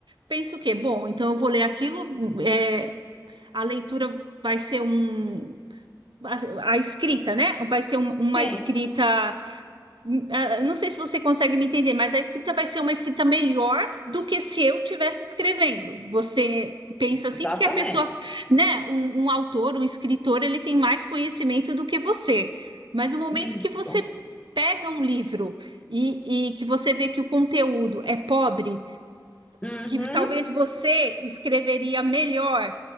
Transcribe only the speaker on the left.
Sim,
exatamente.
Isso.
Uhum,